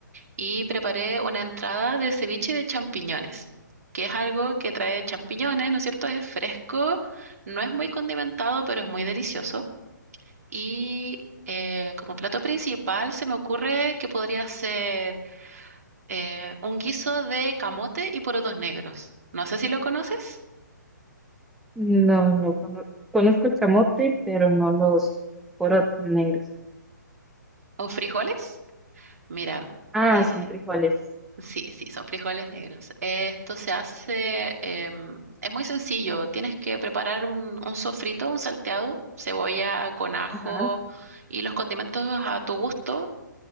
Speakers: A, on the right; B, in the centre.
A: y preparé una entrada de ceviche de champiñones, que es algo que trae champiñones, ¿no es cierto? Es fresco, no es muy condimentado, pero es muy delicioso. Y eh, como plato principal se me ocurre que podría ser eh, un guiso de camote y porotos negros. No sé si lo conoces,
B: No, no cono- conozco el camote, pero no los porotos negros.
A: o frijoles. Mira,
B: Ah,
A: eh,
B: son frijoles.
A: Sí, sí, son frijoles negros. Esto se hace, em, es muy sencillo. Tienes que preparar un, un sofrito, un salteado, cebolla con ajo
B: Ajá,
A: y los condimentos a tu gusto.